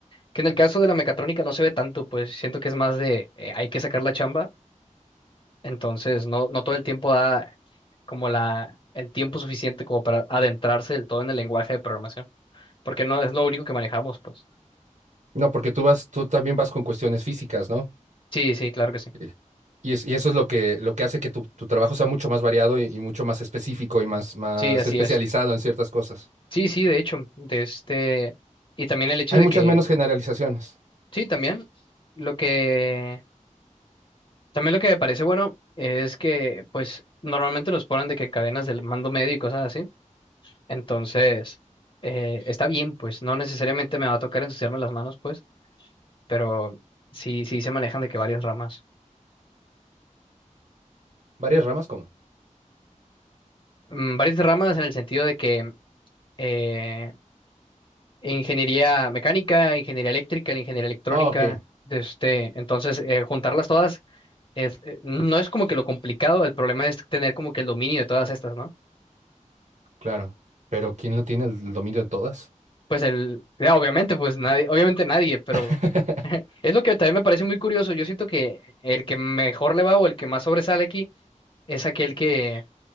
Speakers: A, on the left; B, on the right.
A: Que en el caso de la mecatrónica no se ve tanto, pues siento que es más de eh, hay que sacar la chamba, entonces no, no todo el tiempo da como la, el tiempo suficiente como para adentrarse del todo en el lenguaje de programación, porque no es lo único que manejamos, pues.
B: No, porque tú vas, tú también vas con cuestiones físicas, ¿no?
A: Sí, sí, claro que sí.
B: Eh, Y, es- y eso es lo que, lo que hace que tu, tu trabajo sea mucho más variado y, y mucho más específico y más, más
A: Sí, así
B: especializado
A: es.
B: en ciertas cosas.
A: Sí, sí, de hecho, de este, y también el hecho
B: Hay
A: de
B: muchas
A: que,
B: menos generalizaciones.
A: sí, también lo que, también lo que me parece bueno es que, pues, normalmente nos ponen de que en cadenas del mando medio y cosas así, entonces, eh, está bien, pues, no necesariamente me va a tocar ensuciarme las manos, pues, pero sí, sí se manejan de que varias ramas,
B: Varias ramas ¿cómo?
A: Mm, varias ramas en el sentido de que eh, ingeniería mecánica, ingeniería eléctrica, la ingeniería electrónica,
B: Ah, ok.
A: de este, entonces, eh, juntarlas todas Es, eh, no es como que lo complicado, el problema es tener como que el dominio de todas estas, ¿no?
B: Claro, pero ¿quién lo tiene el dominio de todas?
A: Pues el, ya, obviamente, pues nadie, obviamente nadie, pero
B: <laughs>
A: <laughs> es lo que también me parece muy curioso. Yo siento que el que mejor le va o el que más sobresale aquí es aquel que